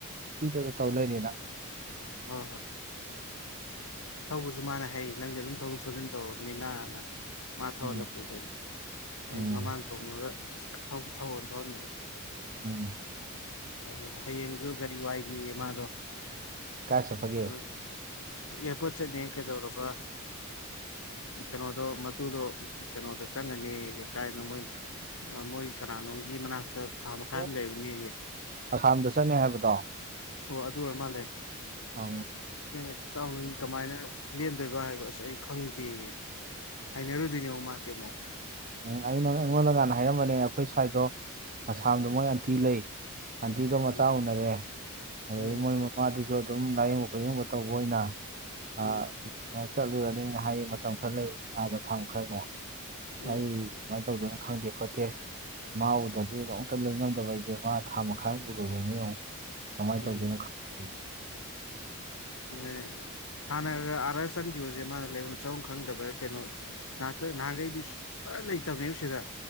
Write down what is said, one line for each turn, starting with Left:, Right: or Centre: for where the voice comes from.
Right: ꯅꯨꯄꯤꯗꯗ ꯇꯧ ꯂꯩꯔꯦꯅ꯫
Left: ꯍꯣ ꯍꯣꯏ꯫ ꯇꯧꯕꯁꯨ ꯃꯥꯅ ꯍꯩ ꯅꯪꯁꯦ ꯑꯗꯨꯝ ꯊꯧꯖꯤꯛ ꯊꯧꯖꯤꯟ ꯇꯧꯔꯕꯅꯤꯅ ꯃꯥ ꯊꯧꯍꯜꯂ
Right: ꯎꯝ
Left: ꯄꯨꯈꯅꯤ
Right: ꯎꯝ
Left: ꯑꯩ ꯃꯃꯥꯡ ꯇꯣꯡꯉꯒ ꯊꯧꯍ ꯊꯧꯍꯟꯕꯅꯦ
Right: ꯎꯝ
Left: ꯑ ꯍꯌꯦꯡꯁꯨ ꯀꯔꯤ ꯋꯥꯏꯈꯤꯌꯦ ꯃꯥꯗꯣ
Right: ꯀꯥꯏ ꯆꯠꯄꯒꯦ
Left: ꯎꯝ ꯌꯦꯄꯠꯁꯦ ꯅꯡ ꯀꯗꯧꯔꯕꯣ ꯀꯩꯅꯣꯗꯣ ꯃꯨꯗꯣ ꯀꯩꯅꯣꯗꯣ ꯆꯪꯉꯅꯤ ꯀꯥꯏꯅ ꯃꯣꯏ ꯃꯣꯏ ꯀꯅꯥꯅꯣꯝꯒꯤ ꯃꯅꯥꯛꯇ ꯊꯥ ꯃꯈꯥꯏ
Right: ꯑꯣ
Left: ꯑꯃ ꯂꯩꯕꯅꯦ ꯑꯩꯌꯦ
Right: ꯑꯁꯥꯝꯗ ꯆꯠꯅꯤ ꯍꯥꯏꯕꯗꯣ
Left: ꯑꯣ ꯑꯗꯨ ꯑꯣꯏꯔ ꯃꯥꯜꯂꯦ꯫
Right: ꯑ꯫
Left: ꯑꯩꯅ ꯑꯁ ꯇꯥꯎ ꯅꯪꯗꯤ ꯀꯃꯥꯏꯅ ꯂꯦꯝꯗꯣꯏꯕ ꯍꯥꯏꯕ ꯑꯁ ꯑꯩ ꯈꯪꯗꯦꯌꯦ꫰꫰ ꯍꯥꯏꯅꯔꯨꯗꯣꯏꯅꯤ ꯃꯥꯁꯤ ꯑꯃꯣꯛ꯫
Right: ꯎꯝ ꯑꯩꯅ ꯑꯩꯉꯣꯟꯗ ꯅꯍꯥꯟ ꯍꯥꯏꯔꯝꯕꯅꯦ ꯑꯩꯈꯣꯏ ꯁꯥꯏꯠꯇꯣ ꯑꯁꯥꯝꯗꯣ ꯃꯣꯏ ꯑꯟꯇꯤ ꯂꯩ꯫ ꯑꯥꯟꯇꯤꯗꯣ ꯃꯆꯥ
Left: ꯎꯝ
Right: ꯎꯅꯔꯦ ꯑꯗꯨꯗꯩ
Left: ꯎꯝ
Right: ꯃꯣꯏ ꯃꯄꯥꯗꯨꯁꯨ꯫ ꯁꯨ ꯑꯗꯨꯝ ꯂꯥꯏꯌꯦꯡꯕ ꯀꯨꯌꯦꯡꯕ ꯇꯧꯕ ꯑꯣꯏꯅ ꯑꯥ
Left: ꯎꯝ
Right: ꯆꯠꯂꯨꯔꯅꯤ꯫ ꯍꯥꯏꯌꯦ ꯃꯇꯝ ꯈꯔ ꯂꯩꯕ ꯑꯥꯗ ꯊꯥꯡ ꯃꯈꯥꯏꯃꯣꯛ꯫
Left: ꯎꯝ
Right: ꯑꯩ ꯁꯨꯃꯥꯏꯅ ꯇꯧꯗꯣꯏꯅ ꯈꯪꯗꯦ ꯈꯣꯠꯇꯦ ꯃꯥ ꯎꯗꯔꯗꯤ ꯅꯣꯡꯇ ꯂꯩꯉꯝꯗꯕ ꯑꯩ꯫ ꯁꯦ ꯃꯥ ꯊꯥ ꯃꯈꯥꯏꯃꯨꯛ ꯎꯔꯣꯏꯗꯣꯏꯅꯤ ꯌꯣꯡ ꯀꯃꯥꯏꯅ ꯇꯧꯗꯣꯏꯅꯣ꯫
Left: ꯎꯝ
Right: ꯈꯪꯗꯦ
Left: ꯑꯗꯨꯅꯦ ꯍꯥꯟꯅꯒ ꯑꯥꯔ ꯆꯪꯈꯤꯕꯁꯦ ꯃꯥꯅ ꯂꯩꯔ ꯆꯥꯐꯝ ꯈꯪꯗꯕ ꯀꯩꯅꯣ꯫ ꯉꯍꯛꯇ ꯅꯍꯥꯟꯈꯩꯗꯤ ꯁꯨꯡꯂꯩ ꯂꯩꯇꯕꯅꯦꯕ ꯁꯤꯗ